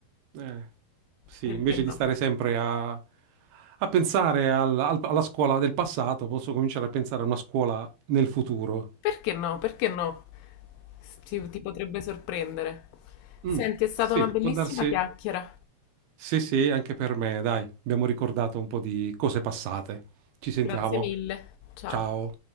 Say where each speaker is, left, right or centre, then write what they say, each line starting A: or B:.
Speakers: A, on the right; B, on the left.
A: Eh, sì,
B: Perché
A: invece
B: no?
A: di stare sempre a, a pensare al- al- alla scuola del passato, posso cominciare a pensare a una scuola nel futuro.
B: Perché no? Perché no? S- Ti, ti potrebbe sorprendere. Senti,
A: Mm,
B: è stata
A: sì,
B: una bellissima
A: può darsi.
B: chiacchiera.
A: Sì, sì, anche per me, dai, abbiamo ricordato un po' di cose passate. Ci sentiamo.
B: Grazie mille. Ciao.
A: Ciao.